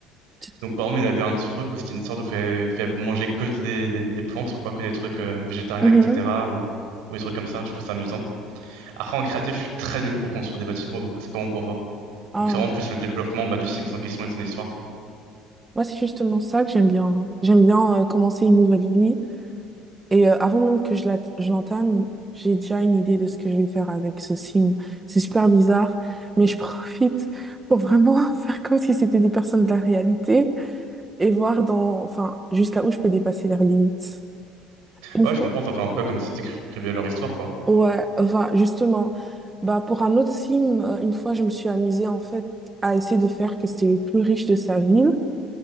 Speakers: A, on the right; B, on the right.
A: Tu-
B: Donc, par exemple, il y avait un truc où c'était une sorte de fait, fait manger que des, des, des plantes, quoi, que des trucs euh, végétariens,
A: Mhm.
B: etc. Ou, ou des trucs comme ça. Je trouve ça amusant. Après, en créatif, je suis très nul pour construire des bâtiments, donc c'est pas mon point fort.
A: Ah,
B: Donc c'est vraiment plus le développement bah, du Sims en question et de son histoire.
A: moi, c'est justement ça que j'aime bien. hein. J'aime bien euh, commencer une nouvelle vie. Et euh, avant même que je la- je l'entame, j'ai déjà une idée de ce que je vais faire avec ce sim. C'est super bizarre, mais je <laughs> profite pour vraiment <laughs> faire comme si c'était des personnes de la réalité et voir dans, enfin, jusqu'à où je peux dépasser leurs limites. Une
B: Ouais,
A: fois,
B: je comprends, ça fait un peu comme si tu écrivais leur histoire, quoi.
A: Ouais, enfin, justement, bah, pour un autre film, euh, une fois, je me suis amusée, en fait, à essayer de faire que c'était le plus riche de sa ville.